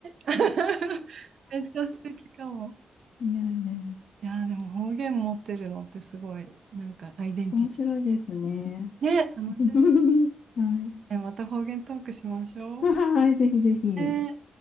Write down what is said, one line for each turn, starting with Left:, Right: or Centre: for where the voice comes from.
Right: <laughs> めっちゃ素敵かも。
Left: いやいやいや。
Right: いやー、でも方言持ってるのってすごい、なんかアイデンティティ。
Left: 面白いですね。
Right: ね、楽しいです
Left: <laughs> はい。
Right: ね。また方言トークしましょ
Left: <laughs> はい、ぜひぜひ。
Right: う。ね